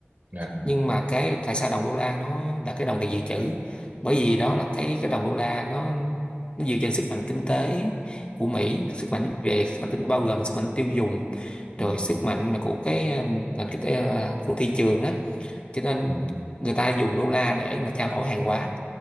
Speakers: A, on the right (about 45°); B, on the left (about 25°).
A: dạ,
B: nhưng mà cái tại sao đồng đô la nó là cái đồng tiền dự trữ bởi vì đó là cái cái đồng đô la nó nó dựa trên sức mạnh kinh tế của Mỹ sức mạnh về sức mạnh kinh bao gồm là sức mạnh tiêu dùng
A: ừ,
B: rồi sức mạnh mà của cái ừ, nền kinh tế ờ, của thị trường đó cho nên
A: ừ.
B: người ta dùng đô la để mà trao đổi hàng hóa